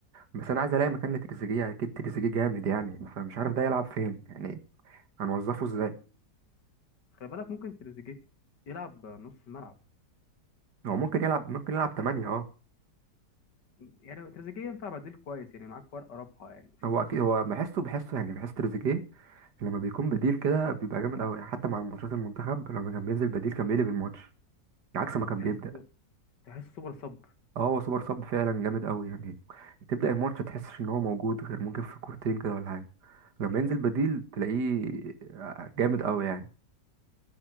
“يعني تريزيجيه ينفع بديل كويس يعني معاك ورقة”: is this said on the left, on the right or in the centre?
Left